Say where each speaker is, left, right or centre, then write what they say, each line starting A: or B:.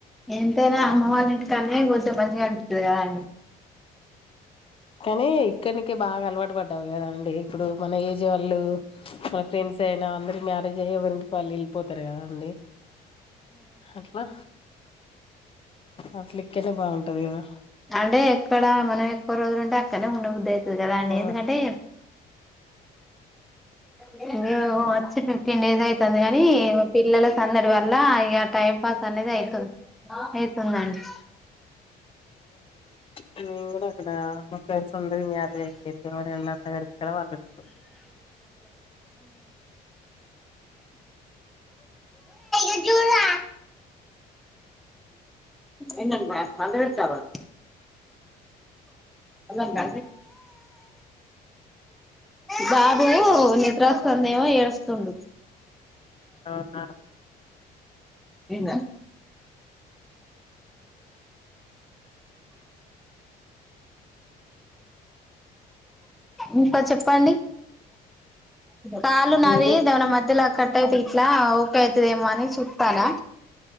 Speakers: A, in the centre; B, on the left (about 35°).
A: ఎంతైనా అమ్మవారి ఇంటి కన్నే కోచం మంచిగా అనిపిస్తుంది కదా అడి
B: కానీ ఇక్కడినికి బాగా అలవాటు పడ్డావు కదండి ఇప్పుడు మన ఏజ్ వాళ్ళు మన ఫ్రెండ్స్ అయినా అందరు మ్యారేజ్ అయ్య ఎవరి వాళ్ళు వెళ్ళిపోతారు కదా అండి ఎట్లా అట్ల ఇక్కేనే బాగుంటాది కదా
A: అంటే ఎక్కడ మనం ఎక్కువ రోజులు ఉంటే అక్కడనే ద <unintelligible> అదే కదా
B: ఆ
A: ఎందుకంటే ో <unintelligible> ఫిఫ్టీన్ డేస్ ఆయితింది కాని పిల్లల సందడి వల్ల టైం పాస్ అనేది అయ్యితుంది అయితుందండి
B: మేము కూడా అక్కడ మా ఫ్రెండ్స్ అందరు మ్యారేజ్ ఐపోయింది ఎవరన్న ఒకరిదరం వండుకుంటం
A: ఏజూలా ఎందల్ <unintelligible> పండ పెడతావా అలాన్ బాబు నిద్రస్తందేమో ఏడుస్తుండు
B: ఆహా
A: ఏనా ఇంకా చెప్పండి కాలు నాది
B: మీరే
A: దవన మధ్యల కటయితే ఇట్లా ఓకే అయితదేమో అని చుతనా